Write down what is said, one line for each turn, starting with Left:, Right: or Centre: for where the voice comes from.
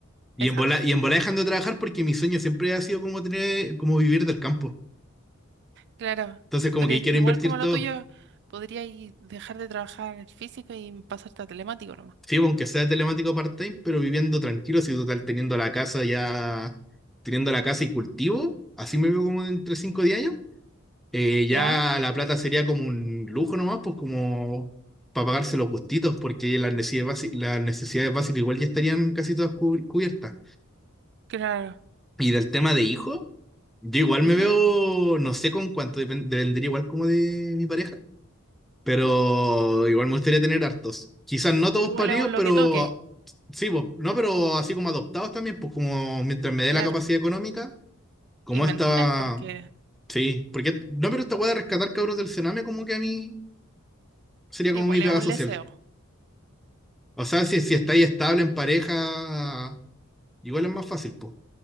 Right: esa.
Centre: Y en bola,
Right: ah.
Centre: y en bola dejando de trabajar porque mi sueño siempre ha sido como tener, como vivir del campo.
Right: Claro,
Centre: Entonces como
Right: pero
Centre: que
Right: es
Centre: ahí quiero
Right: que igual
Centre: invertir
Right: como lo
Centre: todo.
Right: tuyo, podrías dejar de trabajar físico y pasarte a telemático nomás.
Centre: Sí, pues, aunque sea telemático part-time, pero viviendo tranquilo, si total teniendo la casa ya, teniendo la casa y cultivo, así me veo como entre 5 o 10 años. eh, ya
Right: ¿Ya?
Centre: la plata sería como un lujo nomás, pues como para pagarse los gustitos, porque las necesidades, basi- las necesidades básicas igual ya estarían casi todas cubri- cubiertas.
Right: Claro.
Centre: Y del tema de hijo, yo igual
Right: Ujú.
Centre: me veo, no sé con cuánto, depen- dependería igual como de mi pareja, Pero igual me gustaría tener hartos. Quizás no todos
Right: Igual
Centre: paridos,
Right: es un lo
Centre: pero
Right: que toque,
Centre: sí, pues, no, pero así como adoptados también, pues como mientras me dé
Right: claro.
Centre: la capacidad económica, como
Right: Y mental,
Centre: esta,
Right: porque
Centre: sí, porque no, pero esta weá de rescatar cabros del Sename como que a mí sería
Right: igual
Centre: como mi pega
Right: es un
Centre: social.
Right: leseo.
Centre: O sea, si, si
Right: Sí.
Centre: estáis estable en pareja, igual es más fácil, pues.